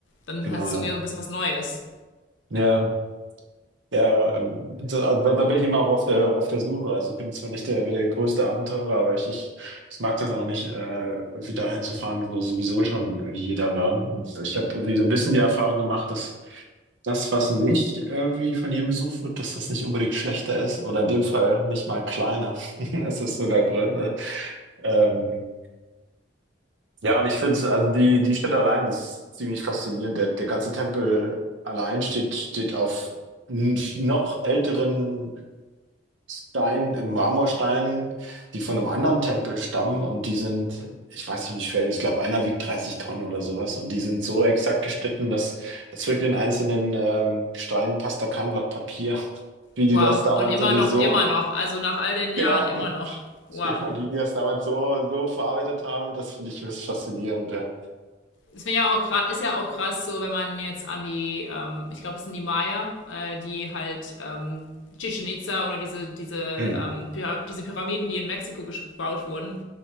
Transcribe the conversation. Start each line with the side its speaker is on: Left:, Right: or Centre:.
Left: Dann
Right: genau,
Left: heißt es
Right: ja.
Left: irgendwie so ein bisschen was Neues.
Right: Ja. Ja, ähm, da, also da, da bin ich immer auch auf der, auf der Suche. Also ich bin zwar nicht der, der größte Abenteurer, aber ich, ich, ich mag das auch nicht, äh, irgendwie dahin zu fahren, wo sowieso schon wie jeder war. Und ich habe irgendwie so ein bisschen die Erfahrung gemacht, dass das, was nicht irgendwie von jedem besucht wird, dass das nicht unbedingt schlechter ist oder in dem Fall nicht mal kleiner. <laughs> Es ist sogar größer. Ähm, ja, und ich finde, also die, die Stadt allein die ist ziemlich faszinierend. Der, der ganze Tempel allein steht, steht auf n- noch älteren Stein, Marmorsteinen, die von einem anderen Tempel stammen und die sind, ich weiß nicht wie schwer, ich glaube einer wiegt 30 Tonnen oder sowas und die sind so exakt geschnitten, dass zwischen den einzelnen ähm, Steinen passt da kein Blatt Papier, <laughs> wie
Left: Wow.
Right: die das damals
Left: Und immer
Right: irgendwie
Left: noch,
Right: so,
Left: immer noch. Also nach all den
Right: genau,
Left: Jahren immer noch. Wow.
Right: <laughs> wie die das damals so, so verarbeitet haben, das finde ich höchst faszinierend, ja.
Left: Das finde ich ja auch ist ja auch krass, so wenn man jetzt an die, ähm, ich glaube, es sind die Maya, äh, die halt ähm, Chichen Itza oder diese, diese,
Right: Mhm.
Left: ähm, Pyra diese Pyramiden, die in Mexiko gebaut wurden,